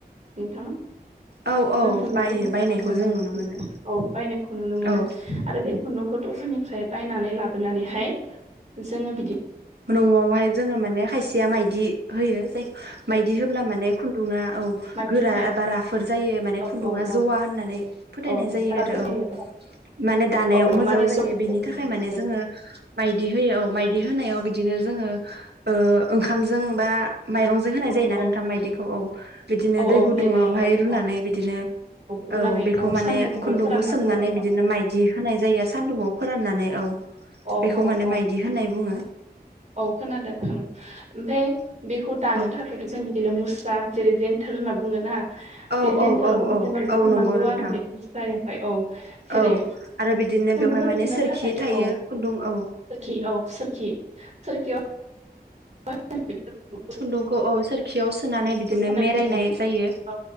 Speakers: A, on the right (about 45°); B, on the right (about 80°).
A: नोंथां?
B: औ औ
A: जों खुन्दुंखौबोसां
B: बायो बायनायखौ
A: मोनो
B: जों नुनो मोनो
A: औ बायनायखौ नुनो मोनो।
B: औ
A: आरो बे खुन्दुंखौ दखाननिफ्राय बायनानै लाबोनानैहाय जोङो बिदि
B: न'आवहाय जोङो माने खायसेया माइदि होयो जाय माइदि होब्ला माने खुन्दुङा औ
A: माइदि
B: गोरा
A: होयो
B: बा राफोद जायो माने
A: औ
B: खुन्दुङा
A: औ औ
B: जवा होननानै फोथायनाय
A: औ
B: जायो
A: राफोद
B: आरो
A: होयो
B: औ। माने दानायाव
A: औ औ
B: मोजां
A: माने
B: जायो
A: ज औ
B: बेनि थाखाय माने
A: औ
B: जोङो माइदि होयो औ माइदि होनायाव बि बिदिनो ओ जोङो ओंखामजों बा माइरंजों होनाय
A: औ
B: जायोना
A: औ
B: नोंथां मायदिखौ औ बिदिनो
A: औ
B: दै
A: होनाय
B: गुदुंङावहाय
A: जायो
B: रुनानै
A: औ
B: बिदिनो
A: रुनानै
B: औ बेखौ माने
A: सान्दुंआवहाय
B: खुन्दुंखौ
A: फोराननांगौ
B: सोमनानै
A: आरो
B: बिदिनो माइदि होनाय जायो सान्दुंआव फोराननानै औ
A: औ
B: बेखौ
A: औ
B: माने
A: औ
B: माइदि होननाय बुङो।
A: औ खोनादों ओमफ्राय बेखौ दानो
B: औ
A: थाखाय थ' जों बिदिनो मुस्रा जेरै जन्थोर होनना बुङोना
B: औ
A: बे जन्थोरावहाय
B: औ औ
A: जोङो
B: औ
A: बुंनांगौ
B: नंगौ नोंथां
A: आरो बेटायावहाय औ। जेरै
B: औ आरो बिदिनो
A: खुन्दुंखौ
B: बेवहाय माने
A: थुननो
B: सोरखि
A: थाखायथ'
B: थायो
A: औ
B: खुन्दुं औ।
A: सोरखि औ सोरखि सोरखियाव। द
B: खुन्दुंखौ औ सोरखियाव सोनानै बिदिनो
A: सोनायनि
B: मरायायनाय
A: उनाव
B: जायो।
A: औ